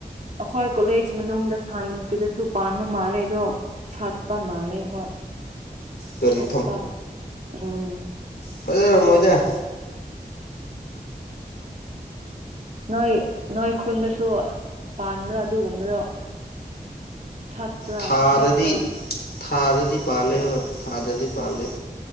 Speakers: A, on the right; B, on the left.
A: ꯑꯩꯈꯣꯏ ꯀꯣꯂꯦꯖ ꯃꯅꯨꯡꯗ ꯁꯥꯏꯟꯁꯀꯤꯗꯁꯨ ꯄꯥꯟꯕ ꯃꯥꯜꯂꯦ ꯑꯗꯣ ꯁꯥꯠꯄ ꯃꯥꯜꯂꯦ ꯍꯣꯏ
B: ꯀꯔꯤ
A: ꯁꯥꯠꯄ ꯎꯝ
B: ꯐꯖꯦꯔꯝꯃꯣꯏꯗ
A: ꯅꯣꯏ ꯅꯣꯏ ꯈꯨꯟꯗꯁꯨ ꯄꯥꯟꯕ꯭ꯔꯥ ꯑꯗꯨꯒꯨꯝꯕꯗꯣ ꯁꯥꯠꯄ꯭ꯔꯥ
B: ꯊꯥꯗꯗꯤ
A: ꯁꯦꯠꯄ꯭ꯔꯥ
B: ꯊꯥꯗꯗꯤ ꯄꯥꯟꯂꯦ ꯍꯣꯏ ꯊꯥꯗꯗꯤ ꯄꯥꯟꯂꯦ